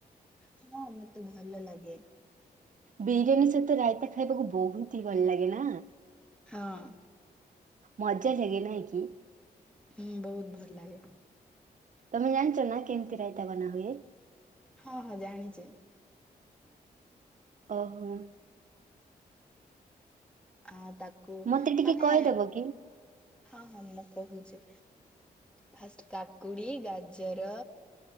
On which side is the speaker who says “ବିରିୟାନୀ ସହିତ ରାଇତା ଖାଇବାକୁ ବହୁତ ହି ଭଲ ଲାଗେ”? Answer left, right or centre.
Right